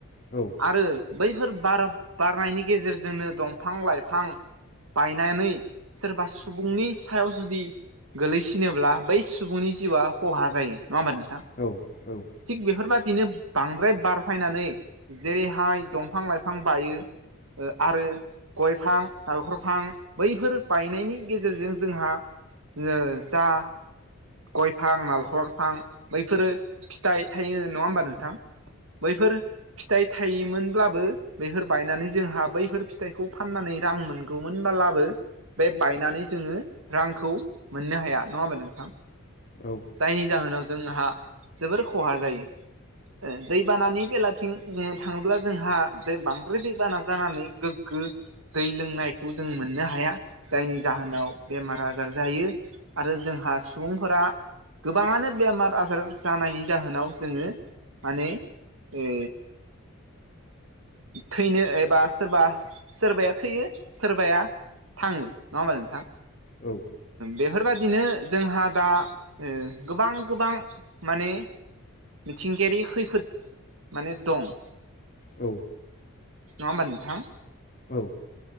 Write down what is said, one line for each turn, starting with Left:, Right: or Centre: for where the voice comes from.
Left: औ।
Right: आरो बैफोर बार बारनायनि गेजेरजोंनो दंफां लाइफां बायनानै सोरबा सुबुंनि सायाव जुदि गोगलैसिनोब्ला बै सुबुंनि जिउआ खहा जायो नङा होमबा नोंथां?
Left: औ औ।
Right: थिग बेफोरबायदिनो बांद्राय बारफायनानै जेरैहाय दंफां लाइफां बायो। आरो गयफां नालखरफां बैफोर बायनायनि गेजेरजों जोंहा ज जा गय फां नालखर फां बैफोरो फिथाइ थायो नङा होमबा नोंथां? बैफोर फिथाइ थायोमोनब्लाबो बैफोर बायनानै जोंहा बैफोर फिथाइखौ फाननानै रां मोनगौमोन ब्लाबो बे बायनानै जोङो रांखौ मोननो हाया नङा होमबा नोंथां?
Left: औ।
Right: जायनि जाहोनाव जोंहा जोबोर खहा जायो। दैबानानि बेलाथिं जोङो थाङोब्ला जोंहा दै बांद्राय दैबाना जानानै गोग्गो दै लोंनायखौ जों मोननो हाया जायनि जाहोनाव बेमार आजार जायो। आरो जोंहा सुबुंफोरा गोबाङानो बेमार आजार जानायनि जाहोनाव जोङो माने ओ थैनो एबा सोरबा सोरबाया थैयो सोरबाया थाङो नङा होमबा नोंथां?
Left: औ
Right: बेफोरबादिनो जोंहा दा गोबां गोबां माने मिथिंगायारि खैफोद माने दं।
Left: औ।
Right: नंङा होनबा नोंथां?
Left: औ।